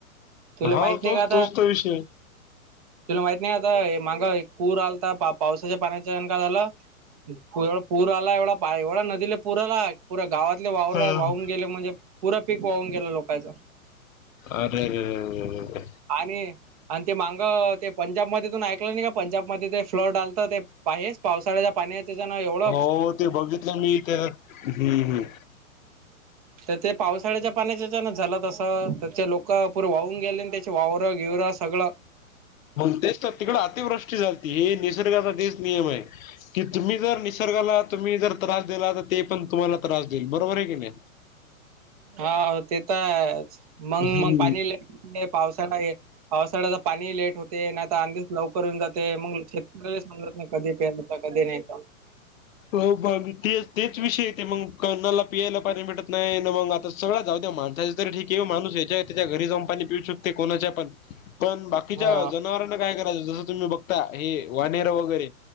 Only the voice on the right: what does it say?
तुले
माहिती
नाही का आता
तुला माहित नाही आता, हे मागं एक पूर आलता, पा पावसाच्या पाण्याचा न काय झालतं. पुरा पूर आला एवढा, एवढा नदीला पूर आला पुऱ्या गावातले वावरं
वाहून गेले म्हजे पुरा पिक वाहून गेलं लोकांचं.
आणि आन ते माग ते पंजाब मध्ये पण ऐकलं नाही का पंजाब मध्ये ते फ्लॅट आलता ते. पाहेच पावसाच्या पाण्यात तिचं ना एवढ.
तर ते पावसाळ्याच्या पाण्याच्या न झालं तसं त्यांचे लोक पूर वाहून गेले न त्यांचे वावर बिवर सगळं.
हा ते तर आहेच, मंग
मंग पाणी लई ते पावसात आहे. पावसाळ्याला पाणी लेट येतंय नाहीतर आधीच लवकर येऊन जातंय, शेतकरी कधी प्यायल का कधी नाही का?
हा